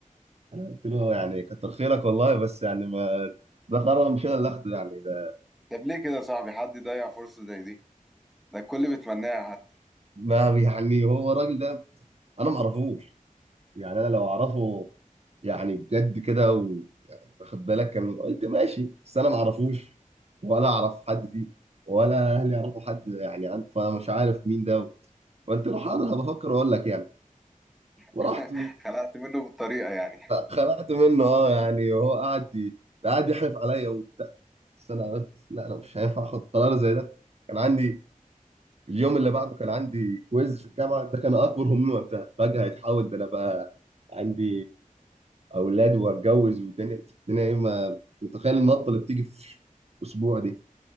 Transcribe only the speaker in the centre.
طب ليه كده يا صاحبي حد يضيع فرصة زي دي ده الكل بيتمناها حتى
<laughs> خلقت منه بالطريقة يعني